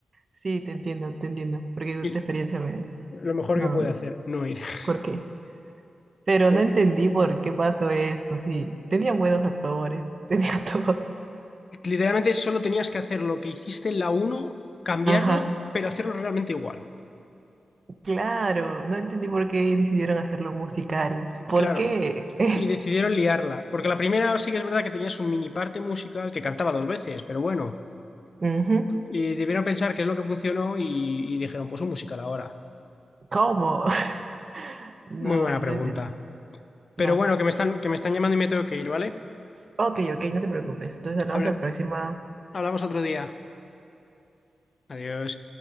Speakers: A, on the right; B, on the left.
A: Sí, te entiendo, te entiendo, porque esta
B: Y
A: experiencia me...
B: lo mejor
A: No,
B: que puede
A: no, no,
B: hacer, no ir. <laughs>
A: ¿por qué? Pero
B: Porque
A: no entendí por qué pasó eso, sí. Tenían buenos actores, <laughs> tenía todo.
B: literalmente solo tenías que hacer lo que hiciste en la uno, cambiarlo,
A: Ajá.
B: pero hacerlo realmente igual.
A: Claro, no entendí por qué decidieron hacerlo musical.
B: Y
A: ¿Por
B: claro,
A: qué? <laughs>
B: y decidieron liarla. Porque la primera sí que es verdad que tenías un mini parte musical que cantaba dos veces, pero bueno.
A: Ujú,
B: Y debieron pensar qué es lo que funcionó y, y dijeron, pues un musical ahora.
A: ¿Cómo? <laughs> No,
B: Muy buena pregunta.
A: no entendí.
B: Pero
A: No
B: bueno,
A: sé.
B: que me están, que me están llamando y me tengo que ir, ¿vale?
A: Ok, ok, no te preocupes. Entonces hablamos
B: Habla-
A: la próxima.
B: hablamos otro día. Adiós.